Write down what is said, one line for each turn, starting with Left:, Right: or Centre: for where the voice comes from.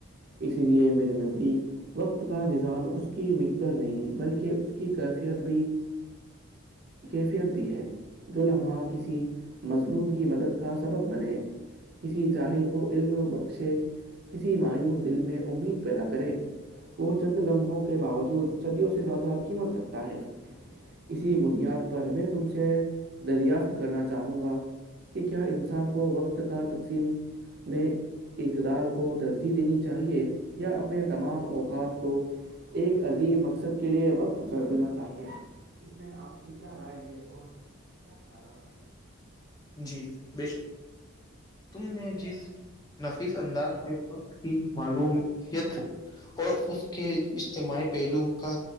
Right: اسی لیے میرے نزدیک وقت کا میزان اس کی مقدار نہیں بلکہ اس کی کیفیت بھی کیفیت بھی ہے جو لمحہ کسی مظلوم کی مدد کا سبب بنے کسی جاہل کو علم بخشے کسی مایوس دل میں امید پیدا کرے وہ چند لمحوں کے باوجود صدیوں سے زیادہ قیمت رکھتا ہے اسی بنیاد پر میں تم سے دریافت کرنا چاہوں گا کہ کیا انسان کو وقت کا تقسیم میں اتدال کو ترجیح دینی چاہیے یا اپنے تمام اوقات کو ایک عظیم مقصد کے لئے وقف کر دینا چاہیے اس میں آپ کہ کیا رائے ہے اور کیا کہ رہا ہے
Left: جی بے شک تم نے جس نفیس انداز سے وقت کی معلومات اور اس کے اجتماعی پہلو کا